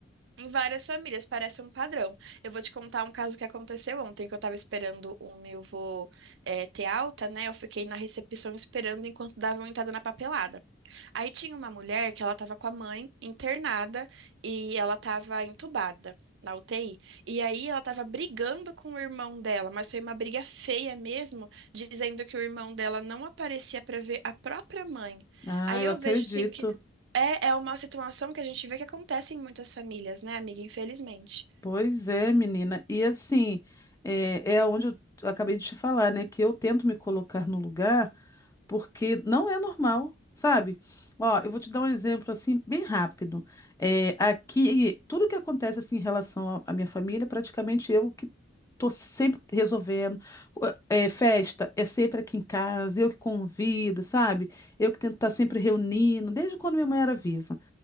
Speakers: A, on the right; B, on the left.
A: Em várias famílias, parece um padrão. Eu vou te contar um caso que aconteceu ontem, que eu tava esperando o meu vô eh, ter alta, né? Eu fiquei na recepção esperando enquanto davam entrada na papelada. Aí tinha uma mulher que ela estava com a mãe internada e ela estava entubada na UTI. E aí ela estava brigando com o irmão dela, mas foi uma briga feia mesmo, dizendo que o irmão dela não aparecia para ver a própria mãe.
B: Ah,
A: Aí
B: eu
A: eu
B: acredito.
A: vejo assim que é, é uma situação que a gente vê que acontece em muitas famílias, né, amiga? Infelizmente.
B: Pois é, menina. E assim, é, é onde eu acabei de te falar, né? Que eu tento me colocar no lugar porque não é normal, sabe? Ó, eu vou te dar um exemplo assim, bem rápido. É, aqui, tudo que acontece assim em relação à à minha família, praticamente eu que tô sempre resolvendo. Ó, é, festa é sempre aqui em casa, eu que convido, sabe? Eu que tento estar sempre reunindo, desde quando minha mãe era viva.